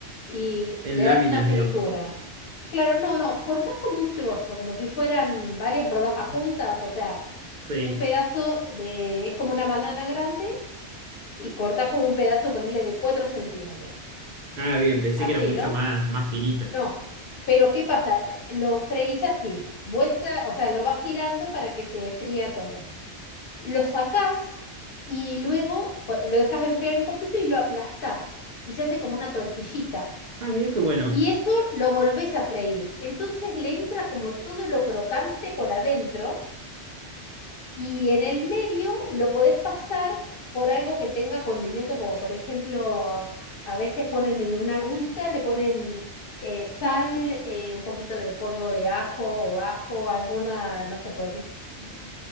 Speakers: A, on the left; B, on the right.
A: y
B: en
A: le
B: láminas,
A: das una fritura.
B: digamos.
A: Claro, no, no, cortás como un trozo, como si fueran varias rodajas juntas, o sea,
B: Sí.
A: un pedazo de, es como una banana grande y cortás como un pedazo, ponerle de 4 centímetros.
B: Ah, bien, pensé
A: Así,
B: que era mucho
A: ¿no?
B: más, más finito.
A: No. Pero ¿qué pasa? Lo freís así, vuelta, o sea, lo vas girando para que se fría todo. Lo sacás y luego cu- lo dejas enfriar un poquito y lo aplastás y se hace como una tortillita.
B: Ah, mirá qué bueno.
A: Y eso lo volvés a freír. Entonces le entra como todo lo crocante por adentro Y en el medio lo podés pasar por algo que tenga condimento, como por ejemplo, a veces ponen en una agüita, le ponen eh, sal, eh, un poquito de polvo de ajo o ajo, alguna, no sé, puedo decir, mm,